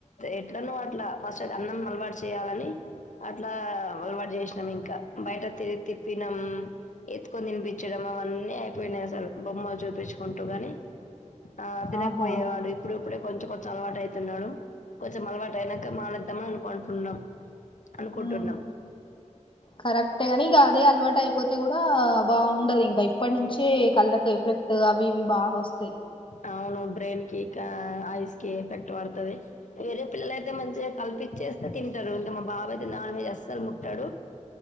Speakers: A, on the left; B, on the left.
A: ఎట్లనో అట్లా ఫస్ట్ అయితే అన్నం అలవాటు చేయాలని అట్లా అలవాటు చేసినాం ఇంకా బయట తిరిగి తిప్పినాం. ఎత్తుకొని తినిపిచ్చడం అవన్నీ అయిపోయినాయి అసలు బొమ్మలు చూపిచ్చుకుంటూ గాని ఆ తినకపోయేవాడు
B: ఆహా
A: ఇప్పుడు ఇప్పుడే కొంచెం కొంచెం అలవాటు అయితున్నాడు కొంచెం అలవాటు అయినాక మానేద్దామని అనుకుంటున్నాం అనుకుంటున్నాం
B: ఉమ్ కరెక్టే గాని ఇగా అదే అలవాటు అయిపోతే గూడా బాగుండదు ఇంగా ఇప్పటి నుంచే కళ్ళకు ఎఫక్ట్ అవి ఇవి బాగా వస్తయి
A: అవును బ్రెయిన్ కి ఇకా ఐస్ కి ఎఫెక్ట్ పడతది వేరే పిల్లల అయితే మంచిగా కల్పించేస్తే తింటరు ఇంగా మా బాబు అయితే నాన్ వెజ్ అస్సలు ముట్టడు